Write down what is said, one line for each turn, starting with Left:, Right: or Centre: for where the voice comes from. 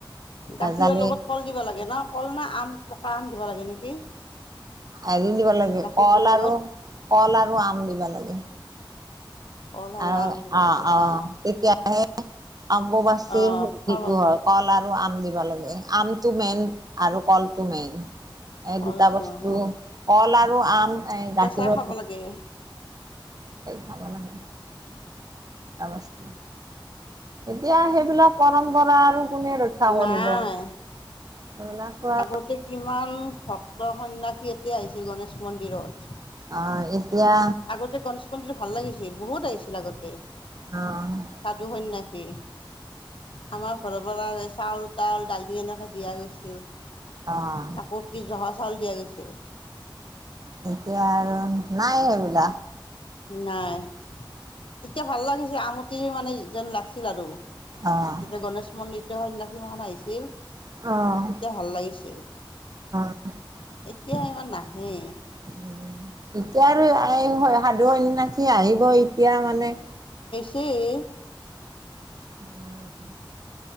Right: ভেজালি
Left: গাখীৰৰ লগত কল দিব লাগে ন কলনা আম পকা আম দিব লাগে নেকি
Right: হেৰি দিব লাগে
Left: গাখীৰটোৰ
Right: কল
Left: লগত
Right: আৰু কল আৰু আম দিবা লাগে
Left: কল আৰু
Right: অ
Left: আম দিব
Right: অ
Left: লাগে
Right: অ
Left: অঁ
Right: তেতিয়া সেই আম্ববচিৰ
Left: অঁ খাব
Right: যিটো হয় কলা আৰু আম দিব লাগে আমটো মেইন আৰু কলটো মেইন। এই
Left: কলটো
Right: দুটা বস্তু
Left: অঁ
Right: কল আৰু আৰু আম এই গাখীৰঁ
Left: কেঁচাই খাব লাগে
Right: খাব লাগে। বস্তু। এতিয়া সেইবিলাক পৰম্পৰা আৰু কোনে ৰক্ষা
Left: নাই
Right: কৰিব? সেইবিলাকতো আৰু
Left: আগতে কিমান বসন্যাস সি এতিয়া আহিছে গণেশ মন্দিৰত
Right: অ', এতিয়া
Left: আগতে গনেশ মন্দিৰ ভাল লাগিছিল বহুত আহিছিল আগতে
Right: অ',
Left: সাধু সন্যাসী আমাৰ ঘৰৰ পৰা চাউল তাউল দালি এনে দিয়া গৈছিল
Right: অ',
Left: তাকো কি জহা চাউাল দিয়া গৈছিল
Right: অ এতিয়া আৰু নাই হে বিলা
Left: নাই তেতিয়া ভাল লাগিছে আমটি মানে যেন লাগিছিল আৰু
Right: অ',
Left: যেতিয়া গণেশ মন্দিৰটো সন্য়াসী ম আহিছিল
Right: অ'।
Left: তেতিয়া ভাল লাগিছিল
Right: এতিয়া
Left: এতিয়া ইমান নাহে
Right: আৰু সাধু সনা আহিব ইয়া মানে
Left: এই
Right: উম